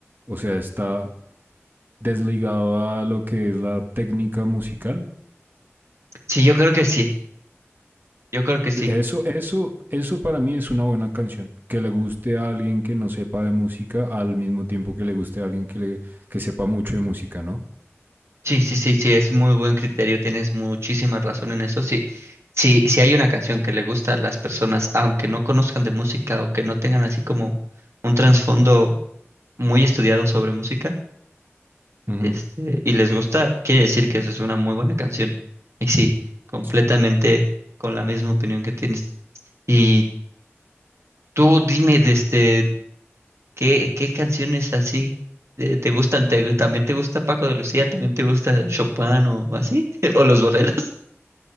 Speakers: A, on the right; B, on the right.
A: O sea, está desligado a lo que es la técnica musical.
B: Sí, yo creo que sí. Yo creo que sí.
A: Eso, eso, eso para mí es una buena canción. Que le guste a alguien que no sepa de música al mismo tiempo que le guste a alguien que, le, que sepa mucho de música, ¿no?
B: Sí, sí, sí, sí, es muy buen criterio. Tienes muchísima razón en eso. Sí, sí, si hay una canción que le gusta a las personas, aunque no conozcan de música o que no tengan así como un trasfondo muy estudiado sobre música,
A: Ujú.
B: este, y les gusta, quiere decir que eso es una muy buena canción. Y sí, completamente
A: Sí.
B: con la misma opinión que tienes. Y tú dime, de este. ¿Qué, qué canciones así eh, te gustan? ¿Te- también te gusta Paco de Lucía? ¿También te gusta Chopin o así? <laughs> ¿O los boleros?